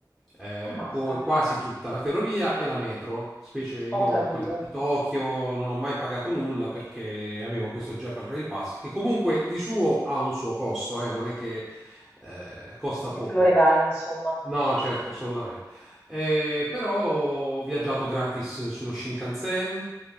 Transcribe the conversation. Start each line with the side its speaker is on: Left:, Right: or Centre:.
Centre: eh,
Left: Ammazza,
Centre: poi quasi tutta la ferrovia e la metro, specie io
Left: ho capito.
Centre: quella di Tokyo non ho mai pagato nulla perché avevo questo Japan Rail Pass che comunque di suo ha un suo costo, eh, non è che eh, costa
Left: Che
Centre: poco.
Left: te lo regalino, insomma.
Centre: No, certo, assolutamente. Eh, però ho viaggiato gratis sullo Shinkansen,